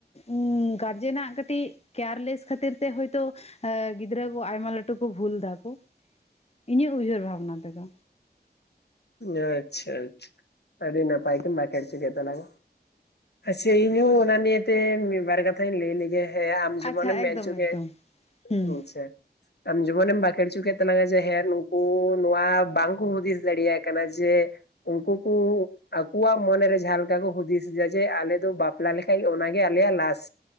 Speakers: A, on the left; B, on the left.
A: ᱩᱸ ᱜᱟᱨᱡᱮᱱᱟᱜ ᱠᱟᱹᱴᱤᱡ ᱠᱮᱭᱟᱨᱞᱮᱥ ᱠᱷᱟᱹᱛᱤᱨ ᱛᱮ ᱦᱳᱭᱛᱳ ᱜᱤᱫᱽᱨᱟᱹ ᱠᱚ ᱟᱭᱢᱟ ᱞᱟᱹᱴᱩ ᱠᱚ ᱵᱷᱩᱞ ᱮᱫᱟᱠᱚ <inaudible> ᱤᱧᱟᱹᱜ ᱩᱭᱦᱟᱹᱨ ᱵᱷᱟᱵᱱᱟ ᱛᱮᱫᱚ᱾
B: ᱟᱪᱪᱷᱟ ᱟᱪᱪᱷᱟ ᱟᱹᱰᱤ ᱱᱟᱯᱟᱭ ᱛᱮᱢ ᱵᱟᱠᱷᱮᱲ ᱦᱚᱪᱚ ᱠᱮᱫ ᱛᱟᱞᱟᱝ-ᱟ᱾ ᱟᱪᱪᱷᱟ ᱤᱧ ᱦᱚᱸ ᱚᱱᱟ ᱱᱤᱭᱟᱹᱛᱮ ᱢᱤᱫ ᱵᱟᱨ ᱠᱟᱛᱷᱟᱧ ᱞᱟᱹᱭ ᱞᱮᱜᱮ᱾ ᱦᱮᱸ ᱟᱢ
A: ᱟᱪᱪᱷᱟ
B: ᱡᱮᱢᱚᱱᱮᱢ
A: ᱮᱠᱫᱚᱢ
B: ᱢᱮᱱ ᱦᱚᱪᱚ
A: ᱮᱠᱫᱚᱢ
B: ᱠᱮᱫ <inaudible>
A: ᱦᱩᱸ
B: ᱟᱪᱪᱷᱟ᱾ ᱟᱢ ᱡᱮᱢᱚᱱᱮᱢ ᱵᱟᱸᱠᱷᱮᱲ ᱦᱚᱪᱚ ᱠᱮᱫ ᱛᱟᱞᱟᱝᱟ ᱡᱮ ᱦᱮᱸ ᱱᱩᱠᱩ ᱱᱚᱣᱟ ᱵᱟᱝᱠᱩ ᱦᱩᱫᱤᱥ ᱫᱟᱲᱮᱭᱟᱜ ᱠᱟᱱᱟ ᱡᱮ <inaudible> ᱩᱱᱠᱩ ᱠᱩ ᱟᱠᱚᱣᱟᱜ ᱢᱚᱱᱮ ᱨᱮ ᱡᱟᱦᱟᱸ ᱞᱮᱠᱟ ᱠᱚ ᱦᱩᱫᱤᱥ ᱮᱫᱟ ᱡᱮ ᱟᱞᱮ ᱫᱚ ᱵᱟᱯᱞᱟ ᱞᱮᱠᱟᱡ ᱚᱱᱟᱜᱮ ᱟᱞᱮᱭᱟᱜ ᱞᱟᱥ᱾